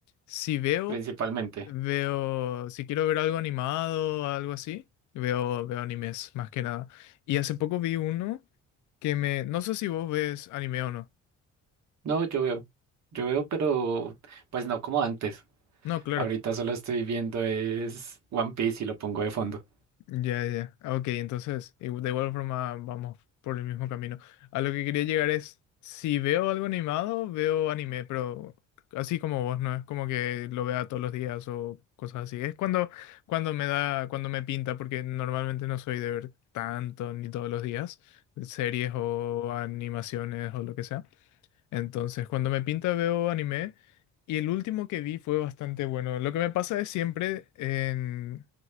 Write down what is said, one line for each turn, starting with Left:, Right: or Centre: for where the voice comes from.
Left: si veo,
Right: principalmente.
Left: veo, si quiero ver algo animado o algo así, veo, veo animes, más que nada. Y hace poco vi uno. que me... No sé si vos ves anime o no.
Right: No, yo veo. Yo veo, pero pues no como antes.
Left: No, claro.
Right: Ahorita solo estoy viendo es One Piece y lo pongo de fondo.
Left: Ya, ya. Ah, Ok, entonces, igu- de igual forma vamos por el mismo camino. A lo que quería llegar es, si veo algo animado, veo anime, pero así como vos, no es como que lo vea todos los días o cosas así. Es cuando, cuando me da, cuando me pinta, porque normalmente no soy de ver tanto ni todos los días, series o animaciones o lo que sea. Entonces, cuando me pinta veo anime y el último que vi fue bastante bueno. Lo que me pasa es siempre en...